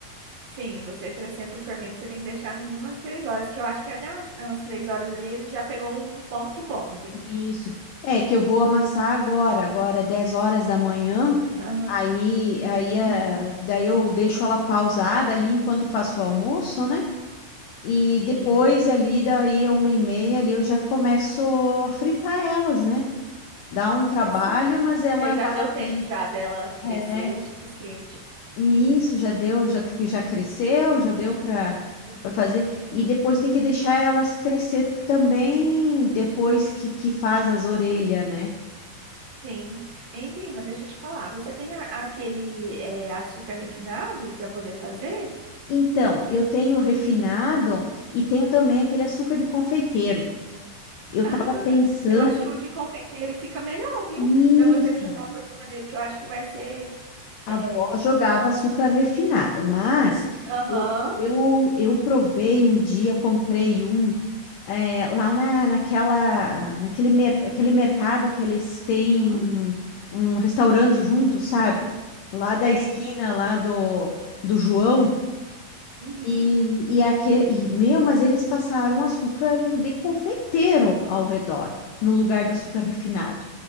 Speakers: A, on the right; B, on the left.
A: Sim, você acrescenta o fermento, você tem que deixar no mínimo umas três horas, que eu acho que até umas, umas três horas ali ele já pegou um ponto bom, viu?
B: Isso. É que eu vou amassar agora, agora é 10 horas da manhã.
A: Aham.
B: Aí, aí, ah,
A: Uhum.
B: daí eu deixo ela pausada ali enquanto faço o almoço, né? E
A: Sim.
B: depois ali, daí a uma e meia ali, eu já começo a fritar elas, né? Dá um trabalho,
A: Isso.
B: mas ela
A: E aí já
B: vale
A: deu
B: a pena.
A: tempo já dela crescer
B: É,
A: o suficiente.
B: e isso já deu, já que já cresceu, já deu para
A: Sim.
B: para fazer. E depois tem que deixar elas crescer também depois que que faz as orelhas, né?
A: Sim. Hein, prima, deixa eu te falar. Você tem a- aquele é, açúcar refinado para poder fazer?
B: Então, eu tenho o refinado e tenho também aquele açúcar de confeiteiro. Eu
A: Ah,
B: tava pensando,
A: eu acho que o de confeiteiro fica melhor, viu?
B: isso,
A: Para você jogar por cima dele, que eu acho que vai ser.
B: A
A: É...
B: avó jogava açúcar refinado, mas
A: Aham.
B: eu, eu, eu provei um dia, comprei um é, lá na, naquela, naquele mer, aquele mercado que eles têm
A: Hum,
B: um, um restaurante junto, sabe? Lá da
A: sei.
B: esquina, lá do, do João.
A: Uhum.
B: E, e, aquele, e, meu, mas eles passaram açúcar de confeiteiro ao redor, no lugar do açúcar refinado.